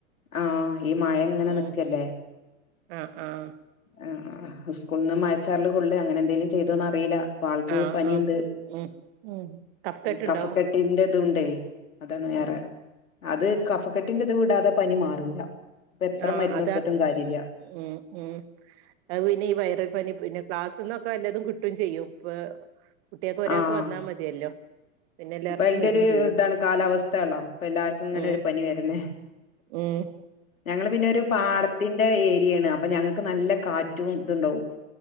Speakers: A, on the left; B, on the right.
A: ആഹ് ഈ മഴ ഇങ്ങനെ
B: ഉം
A: നിക്കല്ലേ
B: ആഹ് ആഹ്
A: ആഹ് ആഹ് സ്കൂളിന്ന് മഴച്ചാറല് കൊള്ളെ അങ്ങനെ എന്തേലും ചെയ്തോന്ന് അറിയില്ല ഇപ്പ ആൾക്ക്
B: ആഹ്
A: പനിയുണ്ട്
B: ആഹ് ഉം ഉം കഫ്ക്കെട്ടുണ്ടോ
A: കഫക്കെട്ട് ഇന്റേതുണ്ടേ അതാണ് ഏറെ
B: ഉം
A: അത് കഫക്കെട്ടിന്റെ ഇത് വിടാതെ പനി മാറൂലാ ഇപ്പൊ എത്ര
B: ആഹ്
A: മരുന്ന്
B: അതാക്ക്
A: കൊടുത്തിട്ടും കാര്യല്ലാ
B: ഉം ഉം അത് പിന്നെ ഈ വയറൽ പനി പിന്നെ ക്ലാസ്സ്ന്നൊക്കെ എല്ലതും കിട്ടും ചെയ്യും ഇപ്പോ കുട്ടികൾക്ക് ഒരാൾക്ക്
A: ആഹ്
B: വന്നാ മതിയല്ലോ പിന്നെ എല്ലാർക്കും
A: അപ്പൊ അയിന്റെ
B: വരും
A: ഒരു
B: ചെയ്യും
A: ഇതാണ് കാലാവസ്ഥ ആണല്ലോ ഇപ്പ എല്ലാര്ക്കും ഇങ്ങനെ
B: ഉം
A: ഒരു പനി വരുന്നേ
B: ഉം
A: ഞങ്ങള് പിന്നെ ഒരു പാടത്തിന്റെ ഏരിയയാണ് അപ്പൊ ഞങ്ങക്ക് നല്ല കാറ്റും ഇതുണ്ടാവും